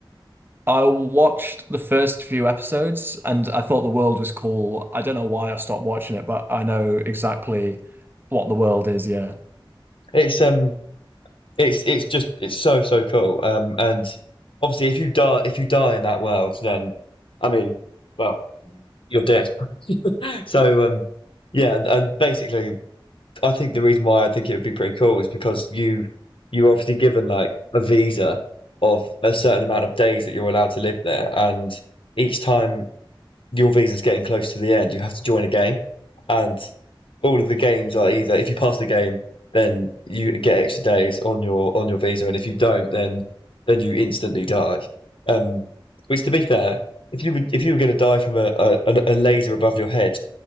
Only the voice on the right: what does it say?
I watched the first few episodes and I thought the world was cool. I don't know why I stopped watching it, but I know exactly what the world is, yeah.